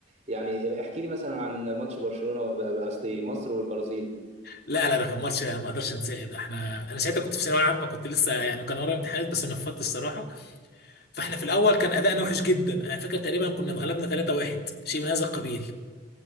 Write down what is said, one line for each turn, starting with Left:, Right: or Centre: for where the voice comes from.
Right: يعني احكي لي مثلا عن ماتش برشلونة قصدي مصر والبرازيل
Left: لا لا ده كان ماتش ما اقدرش انساه ده احنا انا ساعتها كنت في ثانوية عامة كنت لسه يعني كان ورايا امتحانات بس نفضت الصراحة فاحنا في الاول كان ادائنا وحش جدا انا فاكر تقريبا كنا اتغلبنا 3-1 شيء من هذا القبيل